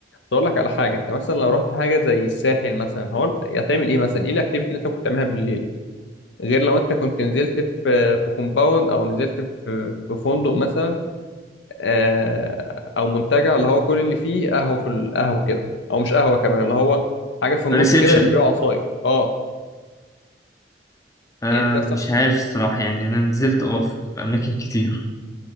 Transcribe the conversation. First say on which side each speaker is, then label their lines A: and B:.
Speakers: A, on the left; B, on the left.
A: اقول لك على حاجه انت مثلا لو رحت حاجه زي الساحل مثلا هو هتعمل ايه مثلا ايه الاكتيفيتي اللي انت ممكن تعملها بالليل غير لو انت كنت نزلت في في كومباوند او نزلت في في فندق مثلا آه، او منتجع اللي هو كل اللي فيه قهوه في القهوه كده او مش قهوه كمان اللي هو حاجه في النص
B: ريسبشن
A: كده بيبيعوا عصاير اه
B: آه
A: يعني انت مثلا
B: مش عارف الصراحة يعني أنا نزلت اه في أماكن كتير